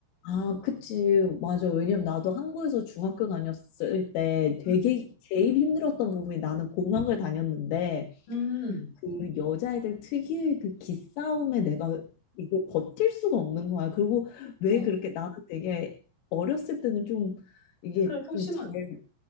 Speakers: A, on the left (about 85°); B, on the left (about 65°).
A: 아, 그치. 맞아. 왜냐면 나도 한국에서 중학교 다녔을 때 되게
B: 음.
A: 제일 힘들었던 부분이 나는 공항을 다녔는데
B: 음.
A: 그 여자애들 특유의 그 기싸움에 내가 이걸 버틸 수가 없는 거야. 그리고 왜
B: 어,
A: 그렇게 나는 되게 어렸을 때는 좀 이게
B: 그래, 소심한.
A: 좀 잘,